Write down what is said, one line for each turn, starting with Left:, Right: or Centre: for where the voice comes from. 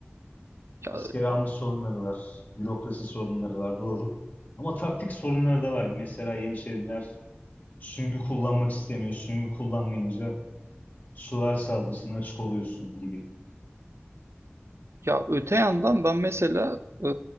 Right: Ya,
Left: Asker alma sorunları var. Bürokrasi sorunları var doğru. Ama taktik sorunları da var. Mesela Yeniçeriler süngü kullanmak istemiyor. Süngü kullanmayınca süvari saldırısına açık oluyorsun gibi.
Right: Ya öte yandan ben mesela e,